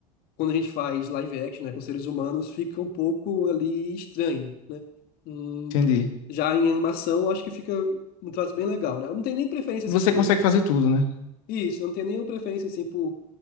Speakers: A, on the left; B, on the left.
A: quando a gente faz live action, né, com seres humanos, fica um pouco ali estranho, né? Hum,
B: Entendi.
A: já em animação, eu acho que fica um traço bem legal, né? Eu não tenho nem preferência
B: Você
A: assim por
B: consegue fazer tudo, né?
A: isso, eu não tenho nenhuma preferência assim por